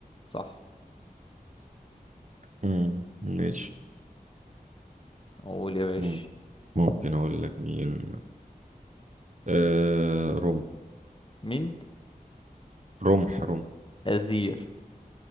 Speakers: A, on the left; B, on the right.
A: صح
B: مم، ماشي
A: قول يا باشا
B: مم، ممكن اقول لك مين آه رمح
A: مين
B: رمح رمح
A: ازير